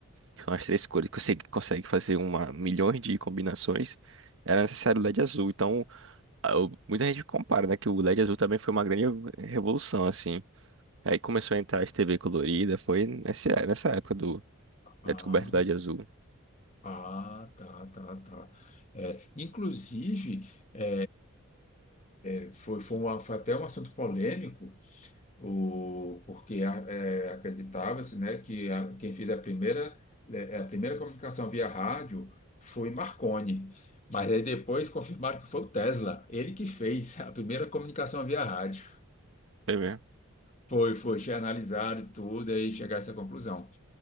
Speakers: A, on the right; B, on the left.
A: que são as três cores que você consegue fazer uma, milhões de combinações, era necessário o LED azul. Então, a- o- muita gente compara, né, que o LED azul também foi uma grande revolução, assim. Aí começou a entrar as TV colorida, foi nessa, nessa época do,
B: a-
A: da descoberta do LED azul.
B: Ah, tá, tá, tá. É, inclusive, é, é, é, foi, foi, uma- foi até um assunto polêmico, o, porque a- é, acreditava-se, né, que a- quem fez a primeira, é, a primeira comunicação via rádio foi Marconi. Mas aí depois confirmaram que foi o Tesla, ele que fez a primeira comunicação via rádio.
A: Foi mesmo.
B: Foi, foi, analisado e tudo, aí chegaram a essa conclusão.